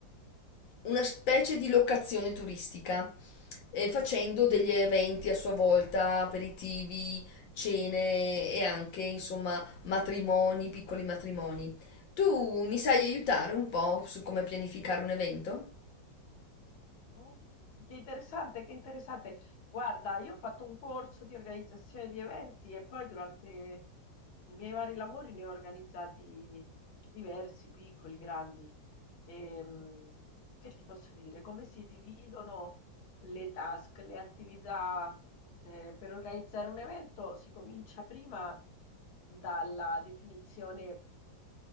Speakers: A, on the left (about 80°); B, on the left (about 45°).
A: una specie di locazione turistica, eh, facendo degli eventi a sua volta, aperitivi, cene e anche, insomma, matrimoni, piccoli matrimoni. Tu mi sai aiutare un po' su come pianificare un evento?
B: Mm, che interessante, che interessante. Guarda, io ho fatto un corso di organizzazione di eventi e poi durante i miei vari lavori ne ho organizzati diversi, piccoli, grandi. Ehm, che ti posso dire? Come si dividono le task, le attività, eh, per organizzare un evento? Si comincia prima dalla definizione